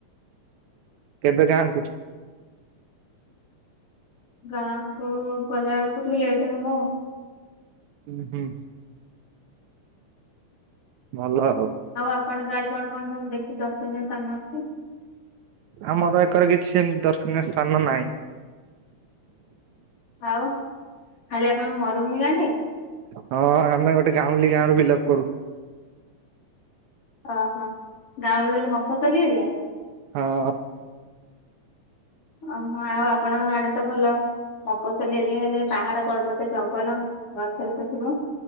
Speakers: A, on the right; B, on the left.
A: କେବେ ଗାଁ ଙ୍କୁ?
B: ଗାଁ କୁ ଗଲା ବେଳକୁ ଟିକେ ଲେଟ ହବ ଆଉ।
A: ଉ ହୁଁ। ଭଲ ଆଉ।
B: ଆପଣଙ୍କ ଆଡେ କଣ କଣ ସବୁ ଦେଖି ଦଶ ଦିନ ସ୍ଥାନ ଅଛି।
A: ଆମର ଏକର କିଛି ସେମିତି ଦର୍ଶନୀୟ ସ୍ଥାନ ନାହିଁ।
B: ଆଉ ଖାଲି ଆପଣଙ୍କୁ ମରୁଭୂମି ଯାନ୍ତି।
A: ହଁ ଆମେ ଗୋଟେ ଗାଉଁଲି ଗାଁରୁ ବିଲପ୍ କରୁ।
B: ଓହୋ। ଗାଁରେ ବଲେ ମଫ ସଲିି ଏରିଆ?
A: ହଁ।
B: ଓହୋ। ଆଉ ଆପଣଙ୍କ ଆଡେ ତ ଭଲ ମଫସଲି ଏରିଆ ହେଲେ ପାହାଡ ପର୍ବତରେ ଜଙ୍ଗଲ ଗଛରେ ତ ଥିବ?